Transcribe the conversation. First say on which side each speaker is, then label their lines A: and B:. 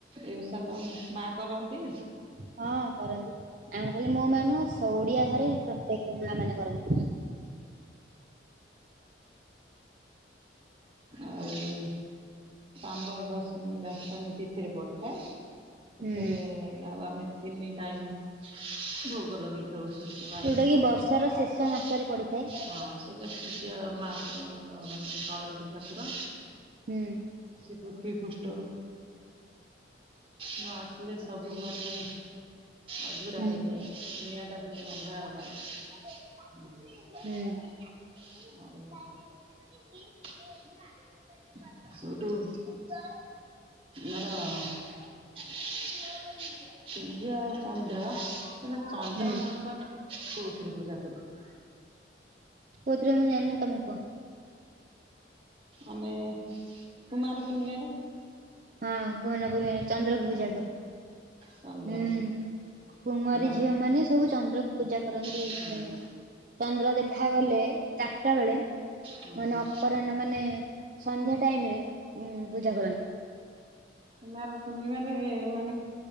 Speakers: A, on the right (about 30°); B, on the right (about 45°).
A: ଏସା ତ ମା କରନ୍ତି?
B: ହଁ କରନ୍ତି ଆମ ଖାଲି ମୋ ମା ନୁହଁ ଓଡିଆ ଘରେ ପ୍ରତ୍ୟେକ ମା ମାନେ କରନ୍ତି।
A: ଆଉଯୋଉ ଶମ୍ବର ଦଶମୀ ଦଶମୀ ତିଥିରେ ପଡିିଥାଏ ସେଥିରେ
B: ହୁଁ।
A: ଯାଉ ଆମେ ତିନି ଟାଇମ ଭୋଗ ଲଗେଇ <inaudible> ହଁ। ସେଇଟା
B: ଯୋଉଟା
A: ସୂର୍ଯ୍ୟ
B: କି ବର୍ଷର ଶେଷ ମାସରେ ପଡିଥାଏ
A: ମହାପୁର ଆମର ମାନେ ଚଳନ୍ତି ଠାକୁର।
B: ହୁଁ।
A: ସେ ପୃଥିବୀ ପୃଷ୍ଠ ନ ଆସିଲେ ସବୁ ମାନେ ଅଧୁରା
B: ହୁଁ
A: ହେଇଯାଏ ଦୁନିଆ ଟା ସବୁ ଅନ୍ଧାର କ
B: ହୁଁ।
A: <inaudible> ଡୁ ମର ସୂର୍ଯ୍ୟ ଆଉ ଚନ୍ଦ୍ର ତାହେଲେ ଚନ୍ଦ୍ର ମାଙ୍କୁ ଆମେ କଉଥିରୁ
B: ହୁଁ
A: ପୂଜା କରୁ?
B: କଉଥିରେ ମୁଁ ଜାଣିନି ତମେ କୁହ?
A: ଆମେ କୁମାର ପୂର୍ଣ୍ଣିଆ ରେ
B: ହଁ କୁମାର ପୂର୍ଣ୍ଣିମା ରେ ଚନ୍ଦ୍ରକୁ
A: ହଁ
B: ପୂଜା କରୁ।
A: ଚନ୍ଦ୍ର
B: ହୁଁ କୁମାରୀ
A: କୁମାର
B: ଝିଅ ମାନେ ସବୁ ଚନ୍ଦ୍ରକୁ ପୂଜା କରନ୍ତି।
A: ହଁ
B: ମାନେ ଚନ୍ଦ୍ର ଦେଖାଗଲେ ଚାରିଟା ବେଳେ
A: ହୁଁ
B: ମାନେ ଅପରାହ୍ନ ମାନେ ସନ୍ଧ୍ୟା ଟାଇମରେ ଉ ପୂଜା କରନ୍ତି।
A: କୁମାର ପୂର୍ଣ୍ଣିମାରେ ମାନେ